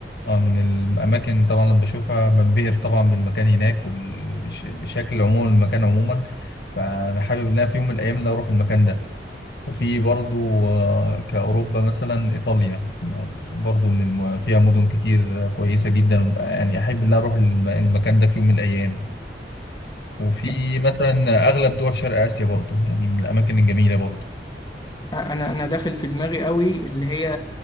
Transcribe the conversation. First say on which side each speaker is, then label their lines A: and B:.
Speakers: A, on the left; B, on the left.
A: آه، من الأماكن طبعا لما بشوفها بنبهر طبعا بالمكان هناك والشكل عموما المكان عموما فأنا حابب إن أنا في يوم من الأيام إن أنا أروح المكان ده وفي برضو آه، كأوروبا مثلا إيطاليا يعني برضو من الم... فيها مدن كتير آه، كويسة جدا يعني أحب إن أنا أروح الم... المكان ده في يوم من الأيام وفي
B: يعني
A: مثلا أغلب دول شرق آسيا برضو يعني من الأماكن الجميلة برضو
B: انا انا داخل في دماغي قوي اللي هي